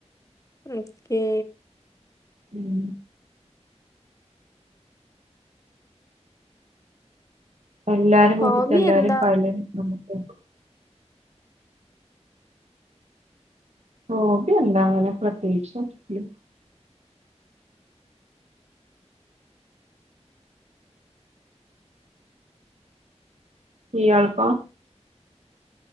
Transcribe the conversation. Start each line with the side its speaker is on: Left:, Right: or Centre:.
Left: വിളിക്കി
Right: ഉം എല്ലാരും
Left: ഹോബി
Right: വീട്ടത്തെ എല്ലാരും
Left: എന്താ
Right: <unintelligible> ഹോബി എന്താ അങ്ങനെ പ്രത്യേയിച്ച് ല്ല. ഇയാൾക്കോ?